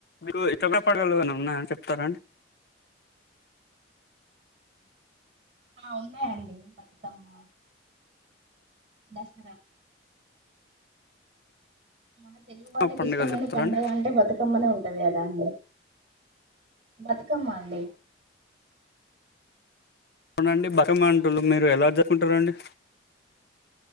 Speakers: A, on the left (about 55°); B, on the right (about 30°).
A: మీకు ఎక్కడ పండగలదన్నా చెప్తారండి
B: ఆ ఉన్నాయండి బతుకమ్మ దసరా మన తెలుగు వాళ్ళకి
A: ఆ పండుగలు
B: ఇష్టమైన
A: చెప్తారాండి
B: పండగ అంటే బతుకమ్మనే ఉంటది కదాండి బత్ కమ్మ అండి
A: అవునండి బతుకమ్మ అంటులు మీరు ఎలా జరుకుంటారండి.